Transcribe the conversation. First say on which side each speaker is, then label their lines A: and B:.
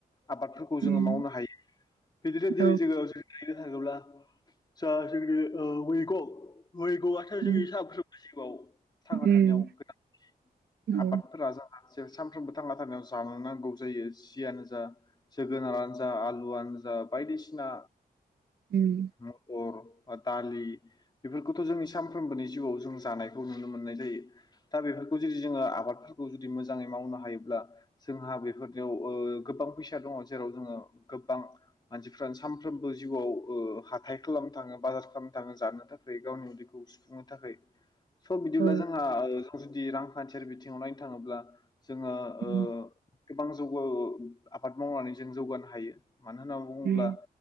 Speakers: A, on the left; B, on the right.
A: आबादफोरखौ
B: उम
A: जोङो मावनो हायो बिदिनो दिनै
B: औ
A: जोङो <unintelligible> थाङोब्ला जोङा जोंनि ओ मैगं मैगौआथ'
B: उम
A: जोंनि सानफ्रोमबो जिउआव थांना
B: उम
A: थानायाव गोनांथि
B: औ
A: आबादफोरा जोंहा जों सानफ्रोमबो थांना थानायाव जानो नांगौ जायो जियानो जा जोगोनारानो जा आलुआनो जा जा बायदिसिना
B: उम
A: महर दालि बेफोरखौथ' जोंनि सानफ्रोमबोनि जिउआव जों जानायखौ नुनो मोननाय जायो। दा बे फोरखौ जुदि जोङो आबादफोरखौ जुदि मोजाङै मावनो हायोब्ला जोंहा ओ बेफोरनिआव गोबां फैसा दङ जेराव जोङो गोबां मानसिफ्रानो सानफ्रोमबो जिउआव ओ हाथाय खालामनो थाङो बाजार खालामनो थाङो जानो थाखाय गावनि उदैखौ सुफुंनो थाखै। स' बिदिब्ला
B: औ
A: जोंहा ओ जुदि रांखान्थियारि बिथिङाव नायनो थाङोब्ला जोङो
B: उम
A: ओ गोबां जौगो आबाद मावनानै जों जौगानो हायो। मानो होनना बुङोब्ला
B: उम